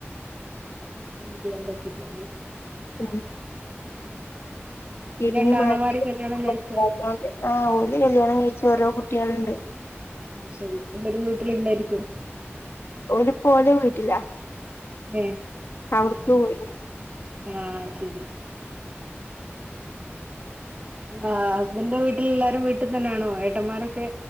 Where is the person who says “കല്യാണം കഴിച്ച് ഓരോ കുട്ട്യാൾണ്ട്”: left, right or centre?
Left